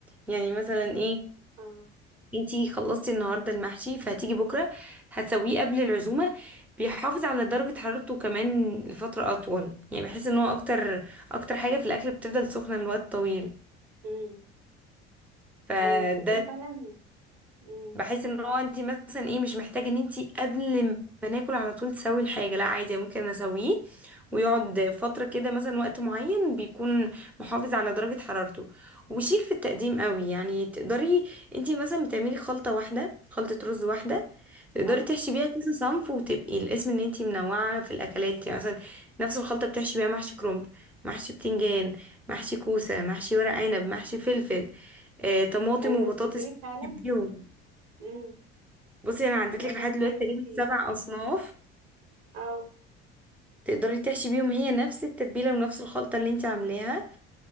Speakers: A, in the centre; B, on the right.
A: يعني مثلا ايه
B: اه
A: انتي خلصتي النهارده المحشي فهتيجي بكره هتسويه قبل العزومه بيحافظ على درجه حرارته كمان لفتره اطول يعني بحيث ان هو اكتر اكتر حاجه في الاكل بتفضل سخنه لوقت طويل
B: امم
A: فده
B: ايوه تصدقي فعلا امم
A: بحيث ان هو انت مثلا ايه مش محتاجه ان انت قبل ما ناكل على طول تسوي الحاجه لا عادي ممكن اسويه ويقعد فتره كده مثلا وقت معين بيكون محافظ على درجه حرارته وشيك في التقديم قوي يعني تقدري انت مثلا بتعملي خلطه واحده خلطه رز واحده تقدري
B: اه
A: تحشي بيها كذا صنف وتبقي الاسم ان انت منوعه في الاكلات يعني مثلا نفس الخلطه بتحشي بيها محشي كرنب محشي بتنجان محشي كوسه محشي ورق عنب محشي فلفل آه، طماطم
B: ايوه
A: وبطاطس
B: تصدقي فعلا
A: تحبيهم
B: امم
A: بصي انا عدت
B: بتبقى
A: لك
B: فعلا
A: لحد دلوقتي
B: حاجات
A: تقريبا
B: كتير
A: سبع اصناف
B: اه
A: تقدري تحشي بيهم هي نفس التتبيله ونفس الخلطه اللي انت عاملاها